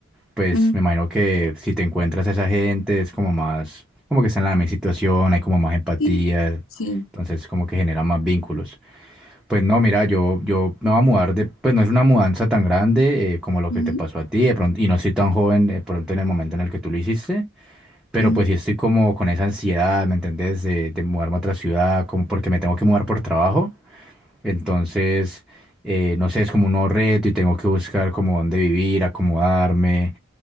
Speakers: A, in the centre; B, on the left.
A: pues
B: ujú.
A: me imagino que si te encuentras a esa gente es como más, como que está en la misma situación, hay como más empatía,
B: sí, sí.
A: entonces como que genera más vínculos. Pues no, mira, yo, yo me voy a mudar de, pues no es una mudanza tan grande eh, como lo
B: Ujú.
A: que te pasó a ti, de pronto, y no soy tan joven de pronto en el momento en el que tú lo hiciste, pero
B: Ujú.
A: pues sí estoy como con esa ansiedad, ¿me entendés? De, de mudarme a otra ciudad, como porque me tengo que mudar por trabajo, entonces... eh, no sé, es como un nuevo reto y tengo que buscar como dónde vivir, acomodarme.